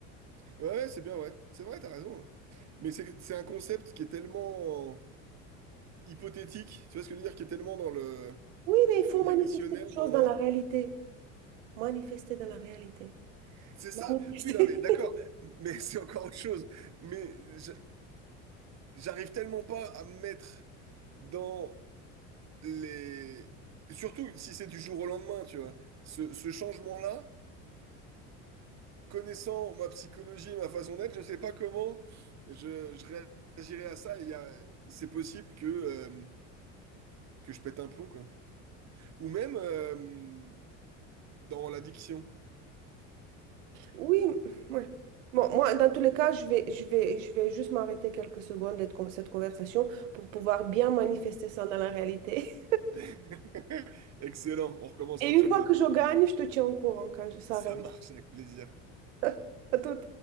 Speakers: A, on the right; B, on the right.
A: Ouais, ouais, c'est bien, ouais. C'est vrai, t'as raison. hein. Mais c'est c'est un concept qui est tellement hypothétique, tu vois ce que je veux dire, qui est tellement dans le
B: Oui, mais il
A: dans
B: faut
A: l'irrationnel
B: manifester les choses
A: pour moi.
B: dans la réalité. Manifester dans la réalité.
A: C'est ça.
B: Manifester.
A: Oui, non, mais d'accord.
B: <laughs>
A: Mais <laughs> c'est encore autre chose. Mais je- j'arrive tellement pas à me mettre dans les. Surtout si c'est du jour au lendemain, tu vois. Ce, ce changement-là. connaissant ma psychologie et ma façon d'être, je sais pas comment je, je réagirais à ça. Il y a- c'est possible que, euh, que je pète un plomb, quoi. Ou même euh, dans l'addiction.
B: Oui, ouais. Bon, moi, dans tous les cas, je vais, je vais, je vais juste m'arrêter quelques secondes de cette conversation pour pouvoir bien manifester ça dans la réalité.
A: <laughs> Excellent, on
B: <laughs>
A: recommence
B: Et
A: quand
B: une
A: tu
B: fois
A: veux,
B: que
A: à bientôt.
B: je gagne, je te tiens au courant quand je- ça
A: Ça
B: arrive
A: marche avec plaisir.
B: <laughs> À tout.